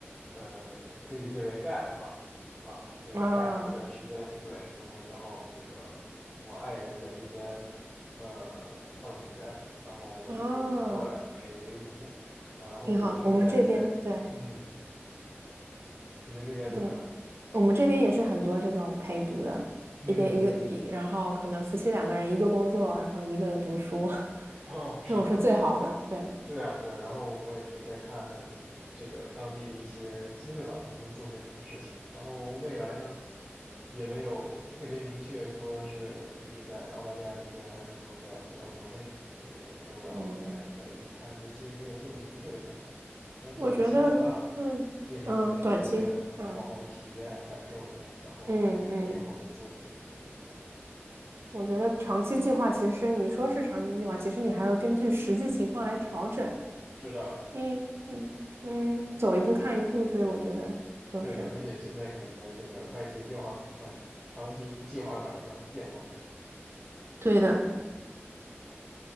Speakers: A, in the centre; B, on the right.
A: 呃，可以理解为 gap 吧。啊，对，
B: 啊
A: 在 gap 一段时间，对，然后正好那个我爱人在这边呃上学，然后我就过来陪陪读啊，
B: 啊！
A: 然后呢也是在在嗯，
B: 挺好的。我们这边对
A: 你们那边怎么样？
B: 对，我们这边也是很多这种陪读的，
A: 嗯嗯，
B: 一边一个一，然后可能夫妻两个人一个工作，然后一个读书，<laughs>
A: 哦，是的，
B: 这种是最好的。对，
A: 对啊，对啊，然后我也是在看这个当地的一些机会吧，能不能做些什么事情。然后未来呢，也没有特别明确说是就是在澳大利亚这边，还是说再回到国内，这个也都要再再一起看，
B: 嗯，
A: 也其实没有特别明确的想法。那短期的话，
B: 我觉得对，
A: 就是在这边先好好体验感受一下，
B: 嗯，短期，嗯
A: 然后之之后再做下一些规划。
B: 嗯嗯，我觉得长期计划其实你说是长期计划，其实你还要根据实际情况来调整。
A: 是的，
B: 一嗯嗯，走一步看一步，所以我觉得就是。
A: 对啊，而且现在感觉这个外界变化很快，长期计划赶不上变化。
B: 对的。